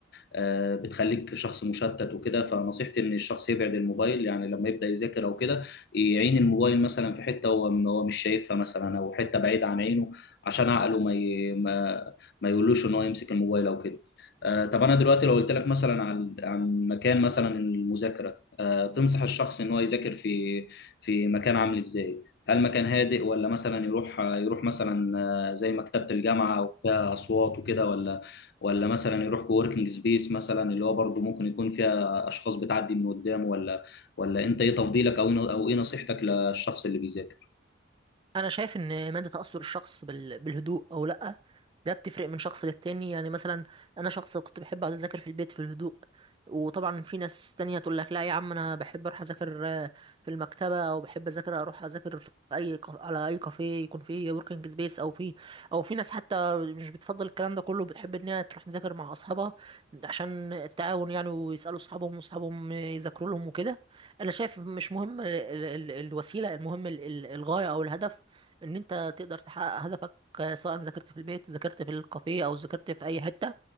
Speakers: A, on the left; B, on the right.
A: آه، بتخليك شخص مشتت وكده فنصيحتي ان الشخص يبعد الموبايل يعني لما يبدا يذاكر او كده يعين الموبايل مثلا في حته هو م- هو مش شايفها مثلا او حته بعيد عن عينه عشان عقله ما ي... ما, ما يقولوش ان هو يمسك الموبايل او كده آه، طب انا دلوقتي لو قلت لك مثلا عن عن مكان مثلا المذاكره آه، تنصح الشخص ان هو يذاكر في في مكان عامل ازاي هل مكان هادئ ولا مثلا يروح يروح مثلا مثلا زي مكتبة الجامعة وفيها أصوات وكده ولا ولا مثلا يروح كووركينج سبيس مثلا اللي هو برضه ممكن يكون فيها أشخاص بتعدي من قدامه ولا ولا أنت إيه تفضيلك أو إيه- أو إيه نصيحتك للشخص اللي بيذاكر؟
B: انا شايف ان مدى تاثر الشخص بال- بالهدوء او لا ده بتفرق من شخص للتاني يعني مثلا انا شخص كنت بحب اقعد اذاكر في البيت في الهدوء وطبعا في ناس تانية تقول لك لا يا عم انا بحب اروح اذاكر آه، في المكتبه او بحب اذاكر اروح اذاكر في اي كاف- على اي كافيه يكون فيه وركينج سبيس او في او في ناس حتى مش بتفضل الكلام ده كله بتحب ان هي تروح تذاكر مع اصحابها عشان التعاون يعني ويسالوا اصحابهم واصحابهم يذاكروا لهم وكده انا شايف مش مهم ال- ال- ال- الوسيله المهم ال- ال- الغايه او الهدف ان انت تقدر تحقق هدفك آه، سواء ذاكرت في البيت ذاكرت في الكافيه او ذاكرت في اي حته